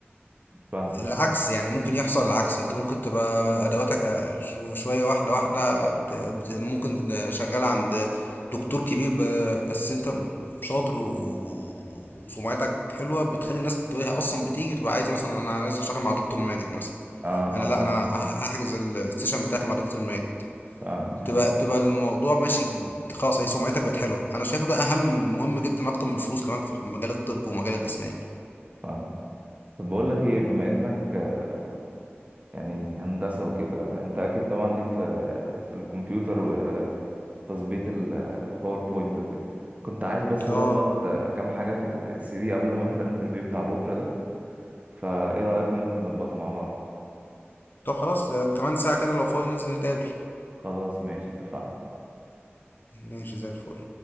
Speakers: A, on the right; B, on the left.
A: فاهمك
B: العكس
A: فاهم
B: يعني ممكن يحصل العكس انت ممكن تبقى ادواتك شو- شوية واحدة واحدة بت... بت... ممكن شغال عند دكتور كبير ب... بس انت شاطر و... وسمعتك حلوة بتخلي الناس تقول هي اصلا بتيجي تبقى عايزة مثلا انا عايز اشتغل مع دكتور ماجد مثلا
A: اه
B: انا
A: اه
B: لا
A: فاهم
B: انا هح- هحجز السيشن بتاعتي مع دكتور ماجد
A: فاهمك دي
B: بتبقى
A: حقيقة
B: بتبقى الموضوع ماشي خلاص هي سمعتك بقت حلوه انا شايفه ده اهم مهم جدا اكتر من الفلوس كمان في مجال الطب ومجال الاسنان
A: فاهم طب بقول لك ايه بما انك آه، يعني هندسة وكده انت اكيد طبعا ليك في في الكمبيوتر وتظبيط ال- الباوربوينت وكده كنت عايز بس اظبط
B: اه
A: آه، كام حاجة في السي في قبل ما اروح الانترفيو بتاع بكرة ده فايه رأيك ننزل نظبطها مع بعض
B: طب خلاص آه، كمان ساعة كده لو فاضي ننزل نتقابل
A: خلاص ماشي اتفقنا
B: ماشي زي الفل